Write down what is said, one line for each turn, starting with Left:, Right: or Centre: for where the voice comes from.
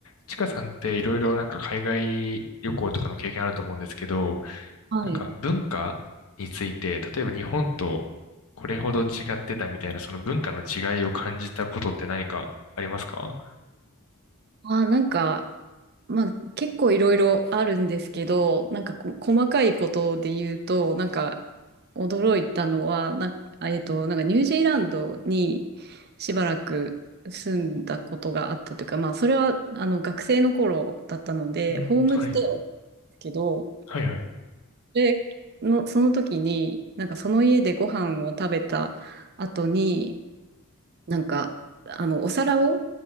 Left: ちかさんっていろいろなんか海外旅行とかの経験あると思うんですけど、
Right: はい。
Left: なんか文化について、例えば日本とこれほど違ってたみたいな、その文化の違いを感じたことって何かありますか
Right: あー、なんか、まあ結構いろいろあるんですけど、なんかこ細かいことで言うと、なんか驚いたのは、な、あえっと、なんかニュージーランドにしばらく住んだことがあったというか、まあそれはあの学生の頃だったので、
Left: うん、
Right: ホームステイをで
Left: はい、
Right: すけど、
Left: はいはい。
Right: で、の、その時に、なんかその家でご飯を食べた後に、なんか、あの、お皿を、